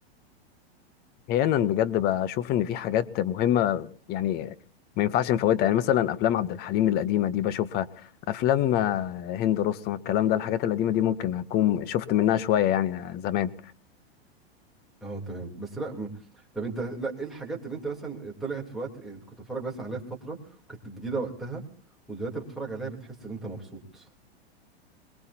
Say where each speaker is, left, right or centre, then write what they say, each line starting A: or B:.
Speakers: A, on the left; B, in the centre.
A: احيانا بجد بشوف ان في حاجات مهمه يعني ما ينفعش نفوتها يعني مثلا افلام عبد الحليم القديمه دي بشوفها افلام آه، هند رستم الكلام ده الحاجات القديمه دي ممكن اكون شفت منها شويه يعني زمان
B: اه تمام بس لا م- طب انت لا ايه الحاجات اللي انت مثلا طلعت في وقت انت كنت بتتفرج بس عليها في فتره وكانت جديده وقتها ودلوقتي بتتفرج عليها بتحس ان انت مبسوط